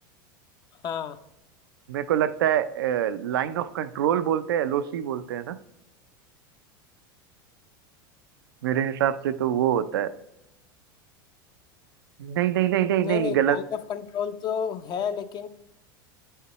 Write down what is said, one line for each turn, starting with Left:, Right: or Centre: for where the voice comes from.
Left: हाँ
Right: मेरे को लगता है लाइन ऑफ कंट्रोल बोलते हैं एलओसी बोलते हैं ना मेरे हिसाब से तो वो होता है नहीं नहीं नहीं नहीं नहीं
Left: नहीं नहीं
Right: गलत
Left: पॉइंट ऑफ कंट्रोल तो है लेकिन